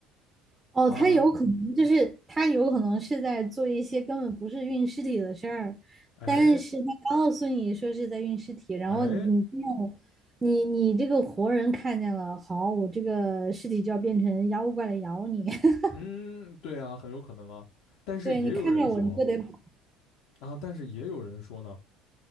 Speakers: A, on the right; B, on the left.
A: 哦，
B: 啊，
A: 他有可能就是他有可能是在做一些根本不是运尸体的事儿，
B: 哎
A: 但是他告诉你说是在运尸体，然后你没有你你这个活人看见了，
B: 哎，
A: 好，我这个尸体就要变成妖怪来咬你，<laughs>
B: 嗯，对啊，很有可能啊。但是也有人说
A: 对你看见我你就得跑，
B: 啊，但是也有人说呢，